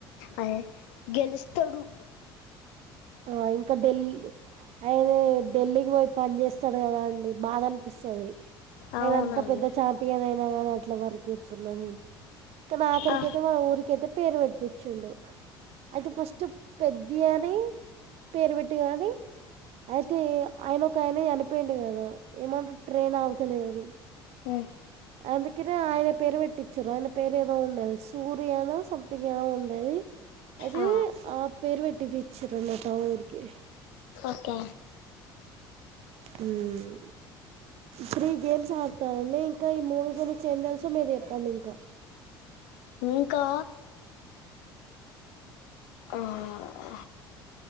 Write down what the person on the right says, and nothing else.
ఆ ఇంకా ఢెల్ ఆయినే ఢిల్లీకి పోయి పని చేేస్తాడు కదా అండి బాధ అనిపిస్తది
ఆయన అంత పెద్ద చాంపియన్ అయినా గాని అట్లా వర్క్ ఏత్తున్నది కాని ఆకరికైతే
వాల ఊరికైతే పేరు వెట్ <unintelligible> ఛ్చిండు అయితే ఫస్ట్ పెద్ది అని పేరు పెట్టి గాని అయితే ఆయన ఒక ఆయన చనిపోయిండు కదా ఏమంటురు ట్రైన్ ఆగుతలే అది
అందుకెనే ఆయన పేరు పెట్టిచిర్రు ఆయన పేరు ఏదో ఉండేది సూరి అనో సమ్థింగ్ ఏదో ఉండేది అదీ
ఆ పేరు పెట్టి పిచ్చిర్ అనమాట ఊరికి
ఉమ్ త్రీ గేమ్స్ ఆడ్తరాండి ఇంకా ఈ మూవీ గురించి ఏం తెలుసో మీరు చెప్పండి ఇంకా